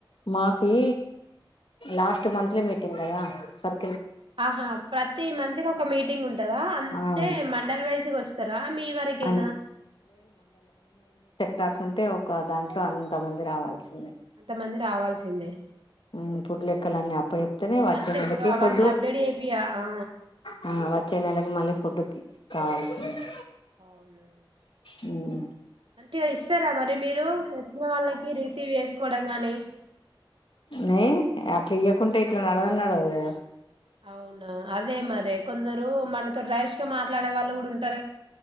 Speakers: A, on the left; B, on the right.
A: మాకి లాస్ట్ మంత్లీ మీటింగ్ గదా సర్
B: ఆహా ప్రతి మంత్కి ఒక మీటింగ్ ఉంటదా అంతే
A: అవును
B: మండలి వైజగా వస్తారా మీ వరకేనా
A: అ కార్ట్స్ ఉంటే ఒక దాంట్లో అంత మంది రావాల్సిందే
B: అంతమంది రావాల్సిందే
A: మ్మ్ ఫుడ్ లెక్కలన్నీ అప్ప చెప్తేనే వచ్చే
B: అంటే
A: నెలకి
B: ఇప్పుడు అవన్నీ
A: ఫుడ్
B: అప్డేట్ అయిపియా ఆ
A: ఆ వచ్చే నెలకి మళ్ళీ ఫుడ్కి కావాల్సింది.
B: అవునా
A: హ్మ్
B: మంచిగా ఇస్తారా మరి మీరు వచ్చిన వాళ్ళకి రిసీవ్ చేసు కొడంగానే
A: నే అట్ల ఇయ్యకుంటే ఇట్లా నడవన్ నడవదగద
B: అవునా అదే మరి కొందరు మనతో రేష్ గా మాట్లాడే వాళ్ళు కూడా ఉంట